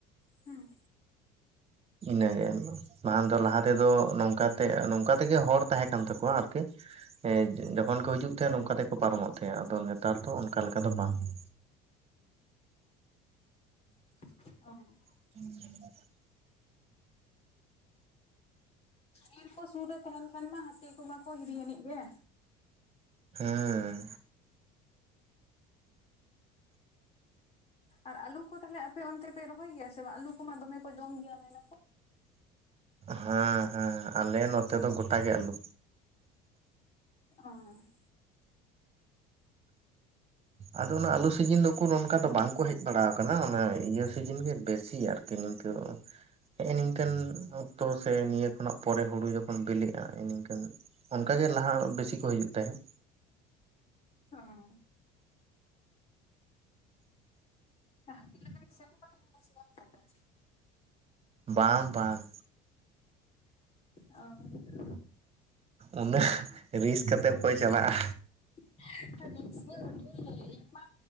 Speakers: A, on the left; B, on the right.
A: ᱦᱮᱸ
B: ᱤᱱᱟᱹᱜᱮ ᱢᱟᱱ ᱫᱚ ᱞᱟᱦᱟ ᱛᱮᱫᱚ ᱱᱚᱝᱠᱟ ᱱᱚᱝᱠᱟ ᱛᱮᱜᱮ ᱦᱚᱨ ᱛᱟᱦᱮᱸ ᱠᱟᱱ ᱛᱟᱠᱚᱣᱟ ᱟᱨᱠᱤ ᱦᱮᱸ ᱡᱚᱠᱷᱚᱱ ᱠᱚ ᱦᱤᱡᱩᱜ ᱛᱟᱦᱮᱸᱫ ᱱᱚᱝᱠᱟ ᱛᱮᱠᱚ ᱯᱟᱨᱚᱢᱚᱜ ᱛᱟᱦᱮᱸᱜ ᱟᱫᱚ ᱱᱮᱛᱟᱨ ᱫᱚ ᱚᱱᱠᱟ ᱞᱮᱠᱟ ᱫᱚ ᱵᱟᱝ᱾ ᱦᱩᱸ
A: <unintelligible>
B: ᱦᱩᱸ
A: ᱦᱤ ᱛᱚ ᱥᱩᱨ ᱨᱮ ᱛᱟᱦᱮᱱ ᱠᱷᱟᱱ ᱢᱟ ᱦᱟᱹᱛᱤ ᱠᱚᱢᱟᱠᱚ ᱦᱤᱨᱤ ᱟᱹᱱᱤᱡ ᱜᱮ᱾
B: ᱦᱮᱸ
A: ᱟᱨ ᱟᱞᱩ ᱠᱚ ᱛᱟᱦᱚᱞᱮ ᱟᱯᱮ ᱚᱱᱛᱮ ᱯᱮ ᱨᱚᱦᱚᱭ ᱜᱮᱭᱟ ᱥᱮ ᱵᱟᱝ ᱟᱞᱩ ᱠᱚᱢᱟ ᱫᱚᱢᱮ ᱠᱚ ᱡᱚᱢ ᱜᱮᱭᱟ ᱢᱮᱱᱟᱠᱚ
B: ᱦᱮᱸ ᱦᱮᱸ ᱟᱞᱮ ᱱᱚᱛᱮ ᱫᱚ ᱜᱚᱴᱟ ᱜᱮ ᱟᱹᱞᱩ
A: ᱚᱸ
B: ᱟᱫᱚ ᱚᱱᱟ ᱟᱹᱞᱩ ᱥᱤᱡᱤᱱ ᱫᱚ ᱩᱠᱩᱨ ᱱᱚᱱᱠᱟ ᱫᱚ ᱵᱟᱝᱠᱚ ᱦᱮᱡᱽ ᱵᱟᱲᱟ ᱟᱠᱟᱱᱟ ᱚᱱᱟ ᱤᱭᱟᱹ ᱥᱤᱡᱤᱱ ᱜᱮ ᱵᱮᱥᱤ ᱟᱨᱠᱤ ᱠᱤ ᱱᱤᱝᱠᱟᱹ ᱦᱮᱜᱸ ᱱᱤᱝᱠᱟᱹᱱ ᱚᱠᱛᱚ ᱥᱮ ᱱᱤᱭᱟᱹ ᱠᱷᱚᱱᱟᱜ ᱯᱚᱨᱮ ᱦᱩᱲᱩ ᱡᱚᱠᱷᱚᱱ ᱵᱤᱞᱤᱜᱼᱟ ᱱᱤᱝᱠᱟᱹᱱ ᱚᱱᱠᱟ ᱜᱮ ᱞᱟᱦᱟ ᱵᱤᱥᱤ ᱠᱚ ᱦᱤᱡᱩᱜ ᱛᱟᱦᱮᱸᱫ
A: ᱦᱚᱸ ᱦᱟᱹᱛᱤ ᱞᱟᱜᱟ ᱥᱮᱱ ᱵᱟᱲᱟ ᱠᱟᱱᱟ ᱥᱮ ᱵᱟᱝ ᱛᱟᱦᱞᱮ
B: ᱵᱟᱝ ᱵᱟᱝ
A: ᱚ
B: ᱩᱱᱟᱹᱜ ᱨᱤᱥ ᱠᱟᱛᱮ ᱚᱠᱚᱭ ᱪᱟᱞᱟᱜᱼᱟ
A: ᱨᱤᱥ ᱜᱮ ᱵᱚᱴᱷᱮ ᱤᱧ ᱢᱟ